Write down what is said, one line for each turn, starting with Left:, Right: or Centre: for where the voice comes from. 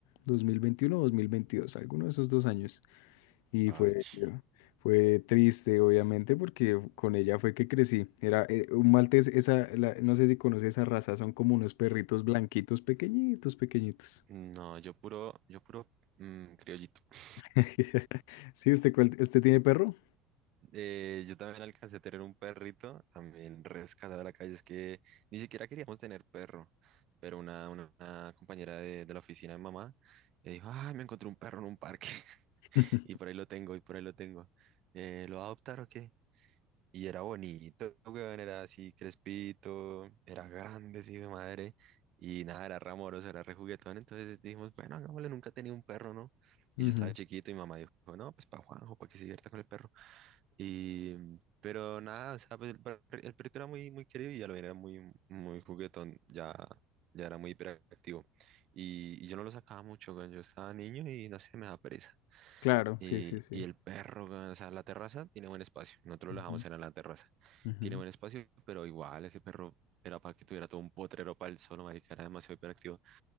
Left: 2021 o dos mil veintidós alguno de esos dos años. Y
Right: Ach,
Left: fue, fue triste, obviamente, porque con ella fue que crecí. Era eh, un maltés, esa, la- no sé si conoces esa raza, son como unos perritos blanquitos, pequeñitos, pequeñitos.
Right: no, yo puro, yo puro mm, criollito. <laughs>
Left: <laughs> Sí, ¿usted, cuál- usted tiene perro?
Right: Eh, yo también alcancé a tener un perrito, también rescatado de la calle. Es que ni siquiera queríamos tener perro, pero una, una, una compañera de, de la oficina de mamá eh, dijo, ah, me encontré un perro en un parque <laughs>
Left: <laughs>
Right: y por ahí lo tengo, y por ahí lo tengo. Eh, ¿lo va a adoptar o qué? Y era bonito, weón, era así crespito, era grande, sí, de madre. Y nada, era ramoroso, era rejuguetón. Entonces dijimos, bueno, hagámosle, nunca tenía un perro, ¿no? Y
Left: Ujú,
Right: yo estaba chiquito y mamá dijo, no, pues para Juanjo, para que se divierta con el perro. Y, pero nada, o sea, pues, el, per- el perrito era muy, muy querido y ya lo era muy, muy juguetón, ya, ya era muy hiperactivo. Y, y yo no lo sacaba mucho, weón, yo estaba niño y no sé, me daba pereza.
Left: Claro,
Right: Y,
Left: sí, sí, sí.
Right: y el perro, weón, o sea, la terraza tiene buen espacio. Nosotros
Left: Ujú,
Right: lo dejamos era en la terraza.
Left: ujú.
Right: Tiene buen espacio, pero igual ese perro era para que tuviera todo un potrero para él solo, marica, era demasiado hiperactivo.